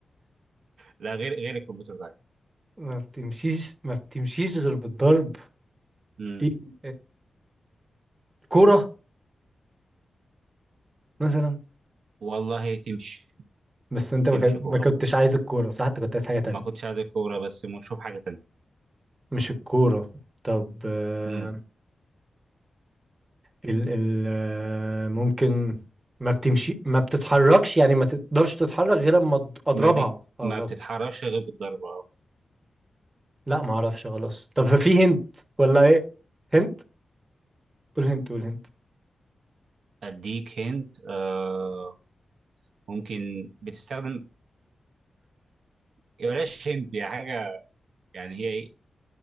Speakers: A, on the right; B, on the right.
A: لا غير غير الكمبيوتر ده
B: ما بتمشيش ما بتمشيش غير بالضرب
A: امم
B: ايه الكورة مثلا
A: والله تمشي
B: بس انت ما
A: تمشي
B: كان-
A: كوره
B: ما كنتش عايز الكورة صح انت كنت عايز حاجة تانية
A: ما كنتش عايز الكوره بس م- شوف حاجه تانيه
B: مش الكورة طب آه،
A: امم
B: ال ال آه، ممكن ما بتمشي ما بتتحركش يعني ما تقدرش تتحرك غير اما أض- اضربها
A: ما بت...
B: اخبط
A: ما بتتحركش غير بالضربه
B: لا ما اعرفش خلاص طب في هنت ولا ايه هنت قول هنت قول هنت
A: اديك هنت آه ممكن بتستخدم يا بلاش هنت يا حاجه يعني هي ايه